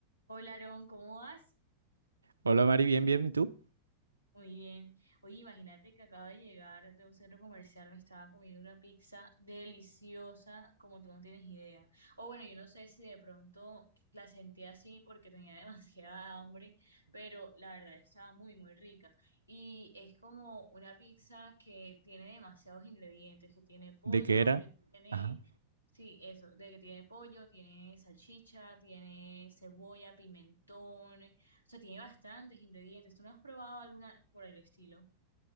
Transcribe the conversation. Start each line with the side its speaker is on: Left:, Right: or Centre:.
Left: Hola, Aarón, ¿cómo vas?
Right: Hola Mari, bien, bien, ¿y tú?
Left: Muy bien. Oye, imagínate que acabo de llegar de un centro comercial, me estaba comiendo una pizza deliciosa, como tú no tienes idea. O bueno, yo no sé si de pronto la sentí así porque tenía <laughs> demasiada hambre, pero la verdad estaba muy, muy rica. Y es como una pizza que tiene demasiados ingredientes, que tiene pollo,
Right: ¿De qué era?
Left: que tiene...
Right: Ajá.
Left: Sí, eso, de que tiene pollo, tiene salchicha, tiene cebolla, pimentón. O sea, tiene bastantes ingredientes. ¿Tú no has probado alguna por el estilo?